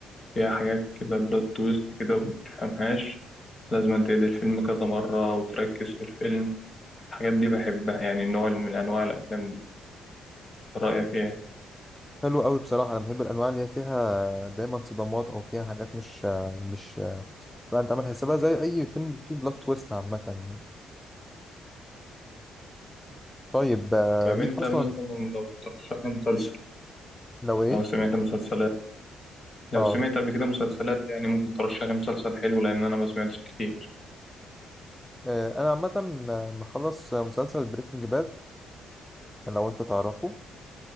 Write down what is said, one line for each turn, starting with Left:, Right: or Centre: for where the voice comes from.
Left: فيها حاجات كده بلوت تويست كده متفهمهاش لازم أن تعيد الفيلم كذا مرة أو تركز في الفيلم الحاجات دي بحبها يعني النوع من أنواع الأفلام دي إنت رأيك إيه؟
Centre: حلو قوي بصراحة أنا بحب الأنواع اللي هي فيها دايما صدمات أو فيها حاجات مش آه، مش آه، بقى أنت عامل حسابها زي أي فيلم فيه بلوت تويست عامة يعني طيب آه،
Left: طيب
Centre: ليك
Left: أنت
Centre: أصلا
Left: مثلا لو ترشح لي مسلسل
Centre: لو إيه
Left: لو سمعت مسلسلات لو
Centre: أه
Left: سمعت قبل كده مسلسلات يعني ممكن ترشح لي مسلسل حلو لأن أنا ما سمعتش كتير
Centre: آه، أنا عامة آه، مخلص آه، مسلسل بريكنج باد لو أنت تعرفه